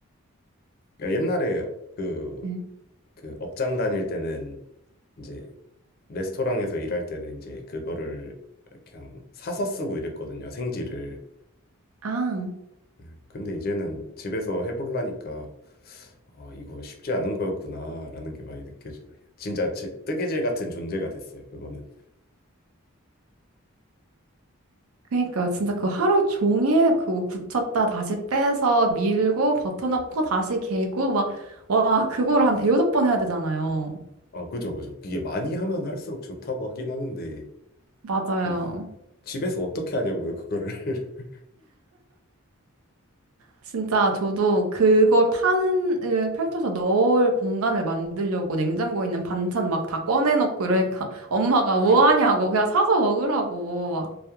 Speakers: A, on the left; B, on the right.
A: 그러니까 옛날에 그,
B: 네.
A: 그 업장 다닐 때는 이제 레스토랑에서 일할 때는 이제 그거를 그냥 사서 쓰고 이랬거든요. 생지를.
B: 아,
A: 네, 근데 이제는 집에서 해보려니까 아, 이거 쉽지 않은 거였구나라는 게 많이 느껴지네요. 진짜 지- 뜨개질 같은 존재가 됐어요. 그거는.
B: 그러니까 진짜 그 하루 종일 그거 굳혔다 다시 빼서 밀고 버터 넣고 다시 개고 막, 와, 그거를 한 대여섯 번 해야 되잖아요.
A: 아 그죠, 그죠. 이게 많이 하면 할수록 좋다고 하긴 하는데
B: 맞아요.
A: 그 집에서 어떻게 하냐고요, 그거를. <laughs>
B: 진짜 저도 그걸 파는 을 펼쳐서 넣을 공간을 만들려고 냉장고에 있는 반찬 막 다 꺼내놓고 이러니까 <laughs> 엄마가 뭐
A: 네,
B: 하냐고 그냥 사서 먹으라고 막